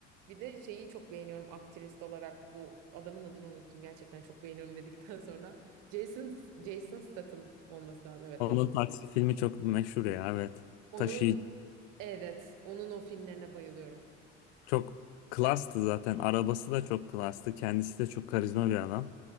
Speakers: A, on the right; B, on the left.
A: Bir de şeyi çok beğeniyorum aktrist olarak bu adamın adını unuttum. Gerçekten çok beğeniyorum dedikten <laughs> sonra Jason Jason Statham olması lazım. Evet
B: Onun
A: doğru.
B: taksi filmi çok meşhur ya evet.
A: Onun
B: Taşıyıcı.
A: evet onun o filmlerine bayılıyorum.
B: Çok klastı zaten. Arabası da çok klastı. Kendisi de çok karizma bir adam.